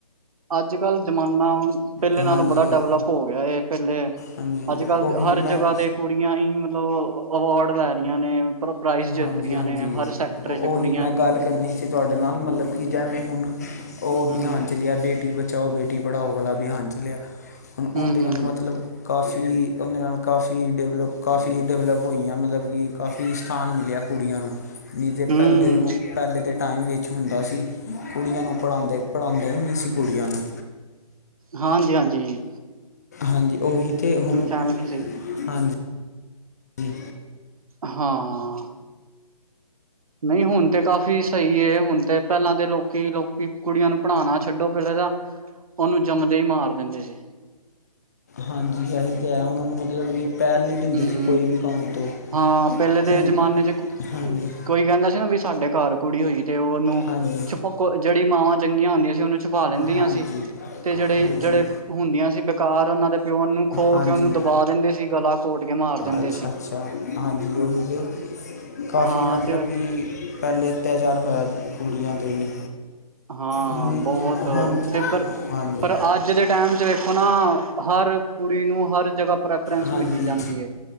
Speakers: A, on the right (about 60°); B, on the left (about 25°).
A: ਅੱਜ-ਕੱਲ ਜ਼ਮਾਨਾ, ਪਹਿਲੇ
B: ਹਾਂਜੀ
A: ਨਾਲੋਂ ਬੜਾ ਡਿਵਲਪ ਹੋ ਗਿਆ ਏ ਪਹਿਲੇ,
B: ਹਾਂਜੀ
A: ਅੱਜ-ਕੱਲ
B: ਉਹੀ
A: ਹਰ
B: ਮੈਂ
A: ਜਗ੍ਹਾ ਤੇ ਕੁੜੀਆਂ ਹੀ ਮਤਲਬ ਅਵਾਰਡ ਲੈ ਰਹੀਆਂ ਨੇ। ਪ੍ਰਾਈਜ਼ ਜਿੱਤ
B: ਹਾਂਜੀ-ਹਾਂਜੀ,
A: ਰਹੀਆਂ ਨੇ ਹਰ ਸੈਕਟਰ
B: ਓਹੀ
A: ਚ ਕੁੜੀਆਂ
B: ਮੈਂ
A: ਹੀ
B: ਗੱਲ ਕਰਨੀ, ਅਸੀਂ ਤੁਹਾਡੇ ਨਾਲ ਮਤਲਬ ਕਿ ਜਿਵੇਂ ਹੁਣ ਉਹ
A: ਹੂੰ
B: ਅਭਿਆਨ ਚੱਲਿਆ ਬੇਟੀ ਬ ਜਾਓ ਬੇਟੀ ਪੜ੍ਹਾਓ ਵਾਲਾ ਅਭਿਆਨ ਚੱਲਿਆ ਹੁਣ ਓਦੀ
A: ਹੂੰ ਹੂੰ
B: ਗੱਲ
A: ਹੂੰ
B: ਮਤਲਬ, ਕਾਫੀ ਉਹਦੇ ਨਾਲ ਕਾਫੀ ਡਿਵਲਪ ਕਾਫੀ ਡਿਵਲਪ ਹੋਈਆਂ ਮਤਲਬ ਕਿ ਕਾਫੀ ਸ ਸਥਾਨ ਮਿਲਿਆ ਕੁੜੀਆਂ ਨੂੰ ਨਹੀਂ ਤੇ
A: ਹੂੰ
B: ਪਹਿਲੇ ਪਹਿਲੇ ਦੇ ਟਾਈਮ ਵਿੱਚ ਹੁੰਦਾ ਸੀ ਕੁੜੀਆਂ ਨੂੰ ਪੜ੍ਹਾਉਂਦੇ ਪੜ੍ਹਾਉਂਦੇ ਹੀ ਨਹੀਂ ਸੀ ਕੁੜੀਆਂ ਨੂੰ,
A: ਹਾਂਜੀ-ਹਾਂਜੀ।
B: ਹਾਂਜੀ ਉਹੀ ਤੇ ਹੁਣ
A: ਐਵੇਂ ਨੀ ਸੀ
B: ਹਾਂਜੀ, ਹਾਂਜੀ।
A: ਹਾਂ।
B: ਹ
A: ਨਈ ਹੁਣ ਤੇ ਕਾਫ਼ੀ ਸਹੀ ਏ ਹੁਣ ਤੇ ਪਹਿਲਾਂ ਤਾਂ ਲੋਕੀ ਲੋਕੀ ਕੁੜੀਆਂ ਨੂੰ ਪੜ੍ਹਾਉਣਾ ਛੱਡੋ ਪਹਿਲਾਂ ਤਾਂ, ਉਹਨੂੰ ਜੰਮਦੇ ਹੀ ਮਾਰ ਦਿੰਦੇ ਸੀ।
B: ਹਾਂਜੀ ਐਹੀ ਤੇ ਹੈ ਉਹਨਾਂ ਨੂੰ ਮਤਲਬ ਕਿ ਪਹਿਲ ਨਹੀਂ ਦਿੰਦੇ
A: ਹੂੰ
B: ਸੀ ਕੋਈ ਵੀ ਕਮ ਤੋਂ।
A: ਹਾਂ ਪਹਿਲੇ ਦੇ
B: ਹੁਣ
A: ਜ਼ਮਾਨੇ ਚ ਕੁ
B: ਹਾਂਜੀ
A: ਕੁ ਕੋਈ ਕਹਿੰਦਾ ਸੀ ਨਾ ਵੀ ਸਾਡੇ ਘਰ ਕੁੜੀ ਹੋਈ ਤੇ ਉਹਨੂੰ
B: ਹਾਂਜੀ
A: ਚ ਜਿਹੜੀ ਮਾਵਾਂ ਚੰਗੀਆਂ ਹੁੰਦੀਆਂ ਸੀ ਉਹਨੂੰ ਛੁਪਾ ਲੈਂਦੀਆਂ
B: ਹਾਂਜੀ
A: ਸੀ, ਤੇ ਜਿਹੜੇ-ਜਿਹੜੇ
B: ਹਾਂਜੀ
A: ਹੁੰਦੀਆਂ ਸੀ ਬੇਕਾਰ ਉਹਨਾਂ ਦੇ ਪਿਓ ਉਹ ਨੂੰ ਖੋ
B: ਹਾਂਜੀ
A: ਕੇ ਉਹਨੂੰ, ਵਾ ਦਿੰਦੇ ਸੀ ਗਲਾ ਕੋਟ ਕੇ ਮਾਰ ਦਿੰਦੇ
B: ਅੱਛਾ
A: ਸੀ।
B: ਅੱਛਾ, ਹਾਂਜੀ ਉਹੀ ਤੇ ਕਾਫੀ
A: ਹਾਂ
B: ਮਤਲਬ
A: ਤੇ
B: ਕਿ ਪਹਿਲੇ ਅਤਿਆਚਾਰ ਹੋਇਆ ਕੁੜੀਆਂ ਦੇ ਵੀ,
A: ਹਾਂ
B: ਹੁਣ
A: ਬਹੁਤ
B: ਹੁਣ
A: ਤੇ ਪਰ,
B: ਹਾਂਜੀ
A: ਪਰ ਆਜ ਅੱਜ ਦੇ ਟਾਈਮ ' ਵੇਖੋ ਨਾ ਹਰ ਕੁੜੀ ਨੂੰ ਹਰ ਜਗ੍ਹਾ ਪ੍ਰੈ ਸ
B: ਹਾਂਜੀ
A: ਮਿਲੀ ਜਾਂਦੀ ਹੈ